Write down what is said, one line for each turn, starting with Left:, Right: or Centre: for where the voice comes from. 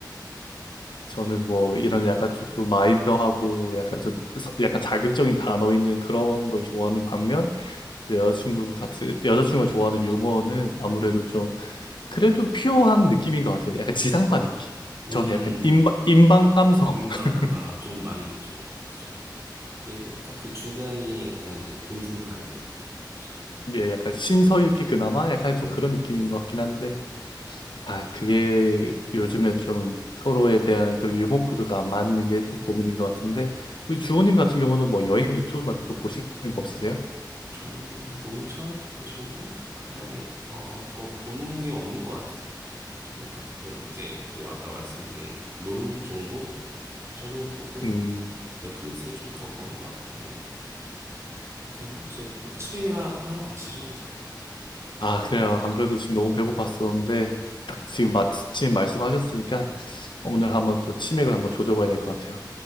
Left: 저는 뭐 이런 약간 조금 마이너하고 약간 좀 서- 약간 자극적인 단어 있는 그런 걸 좋아하는 반면 이제 여자친구 같은 여자친구가 좋아하는 유머는 아무래도 좀 그래도 퓨어한 느낌인 것 같아요. 약간 지상파 느낌.
Right: 음,
Left: 저는 약간 인방 인방 감성.
Right: 민망,
Left: <laughs>
Right: 아, 좀 많이, 좀, 그죠. 그래서 딱그 중간이 약간 이제 공중반대 그죠.
Left: 예, 약간 신서유기 그나마 약간 좀
Right: 그거,
Left: 그런 느낌인
Right: 그죠.
Left: 것 같긴 한데 아 그게 요즘에 좀 서로에 대한 그런 유머 코드가 안 맞는 게 좀 고민인 것 같은데 우리 주호님 같은 경우는 뭐 여행 유튜브 말고 또 보시는 거 없으세요?
Right: 저는 농철? 이 정도? 그 다음에, 어, 더 보는 게 없는 것 같아요. 딱 그, 이제, 뭐, 아까 말씀드린 롤 정도? 이 정도 보고,
Left: 음.
Right: 넷플릭스를 좀 더 보는 것 같긴 한데. 아무튼 이제 뭐 치맥이라 하러 가시죠, 이제.
Left: 아, 그래요. 안 그래도 지금 너무 배고팠었는데, 딱 지금 마침 말씀하셨으니까, 오늘 한번 또 치맥을 한번 조져봐야 될 것 같아요.